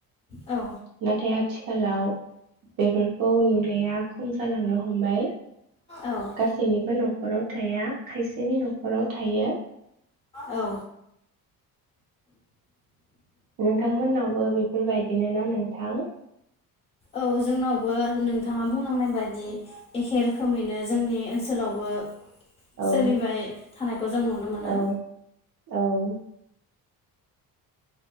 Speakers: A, on the left (about 15°); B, on the right (about 65°).
A: औ
B: नाथाय आथिखालाव बेफोरखौ नुनाया खम जालांनो हमबाय।
A: औ
B: गासैनिबो न'खराव थाया खायसेनि न'खराव थायो।
A: औ
B: नोंथांमोननावबो बेफोरबायदिन ना नोंथां?
A: औ जोंनावबो नोंथाङा बुंलांनाय बायदि एखे रोखोमैनो जोंनि ओनसोल सोलावबो
B: औ
A: सोलिबाय थानायखौ जों नुनो मोनो।
B: औ औ औ